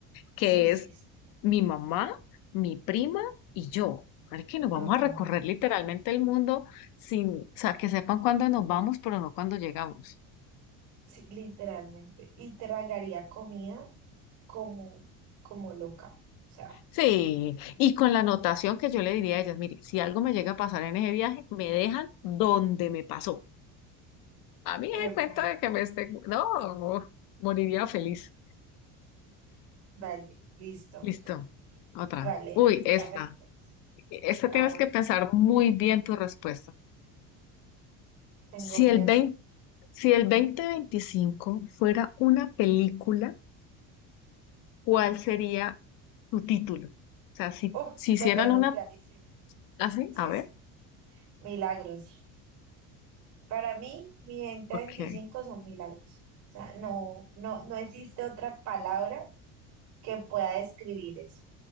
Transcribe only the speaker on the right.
sí, sí,
sí,
ajá,
sí, literalmente. Y tragaría comida como, como loca. O sea,
eh,
bueno,
vale, listo.
Vale,
listo,
hágale pues.
A
ver,
tengo
miedo.
Uf,
lo
tengo
clarísimo.
Sí,
sí. Milagros. Para mí, mi venta
25 son milagros. O sea, no, no, no existe otra palabra que pueda describir eso,